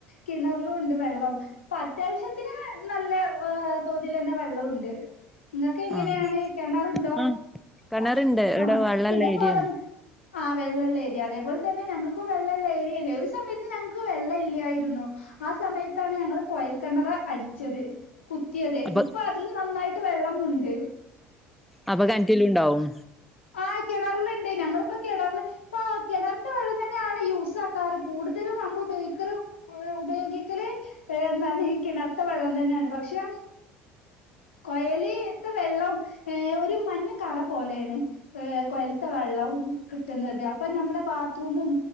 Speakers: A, on the left; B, in the centre.
A: കിണറിലും ഉണ്ട് വെള്ളം. അത്യാവശ്യത്തിന് നല്ല തോതിൽ തന്നെ വെള്ളംണ്ട്. ഇങ്ങക്ക് എങ്ങനെയാണ്
B: ആഹ്
A: കിണറുണ്ടോ?
B: ആഹ് കിണറുണ്ട്
A: ആ,
B: ഇവിടെ വെള്ളള്ള
A: പിന്നെ
B: ഏരിയാണ്
A: പൊറം ആ, വെളളല്ലേ രിയ അതേപോലെ തന്നെ ഞങ്ങൾക്കും വെള്ളല്ലേ ഏരിയാണ്. ഒരു സമയത്ത് ഞങ്ങൾക്ക് വെള്ള ഇല്ലായിരുന്നു. ആ, സമയത്താണ് ഞങ്ങൾ കോയൽക്കിണർ അടിച്ചത്. കുത്തിയത്.
B: അപ്പൊ
A: ഇപ്പോ അതിൽ നന്നായിട്ട് വെള്ളമുണ്ട്.
B: അപ്പോ കിണറ്റിൽ ഉണ്ടാവും.
A: ആ, കിണറിലുണ്ട് ഞങ്ങളിപ്പോ കിണറില് ഇപ്പോ കിണർത്ത വെള്ളം തന്നെയാണ് യൂസ് ആക്കാറ്, കൂടുതലും നമ്മളൾ ഉഭയോഗികാർ ഉപഭ യോഗിക്കൽ എന്താണ് ഈ കിണർ തേയ് വെള്ളം തന്നെയാണ് പക്ഷേ കൊയലിത്തെ വെള്ളം ഏ ഒരു മഞ്ഞ കറ പോലെണ് ഏഹ് കൊയൽതെ വെള്ളം കിട്ടുന്നത് അപ്പൊ നമ്മുടെ ബാത്ത്റൂമും